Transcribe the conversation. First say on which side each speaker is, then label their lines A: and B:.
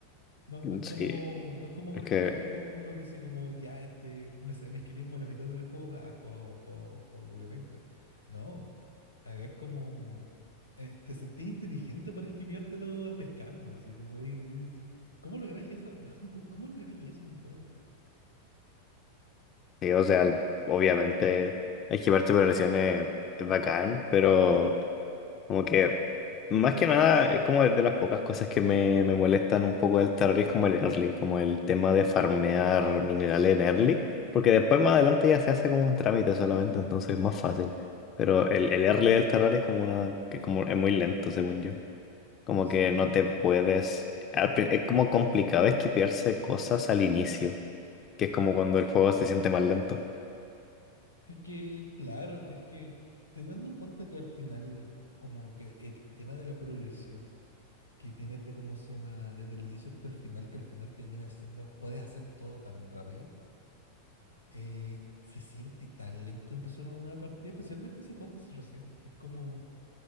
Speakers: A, on the left; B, on the left.
A: No, no es como,
B: Sí,
A: no es como
B: es
A: por
B: que,
A: ejemplo otros juegos que uno dice como, ya, este, me, sa- me esquivé como la mitad del juego, ah, juego, juego, juego Julio Penca. No, acá es como, eh, te sentís inteligente por esquiviártelo pescando, así como, es- es- ¿cómo lográis eso? <laughs> ¿Cómo, cómo lográis eso en un juego?
B: sí, o sea, obviamente esquivar tripulaciones es bacán, pero Como que, más que nada, es como de las pocas cosas que me, me molestan un poco del terror es como el early, como el tema de farmear minerales en early, porque después más adelante ya se hace como un trámite solamente, entonces es más fácil. Pero el, el early del terrario es como una, que como es muy lento, según yo. Como
A: Sí,
B: que no te puedes, al prin- es como complicado esquipearse cosas al inicio, que es como cuando el juego se siente más lento.
A: Es que, claro, es que teniendo en cuenta que al final, como que el tema de la progresión que tienes de cómo se llama, desde el inicio hasta el final, que al final termina siendo, puedes hacer todo tan rápido, eh, se siente tan lento empezar una nueva partida, especialmente si jugaste hace recién. Es como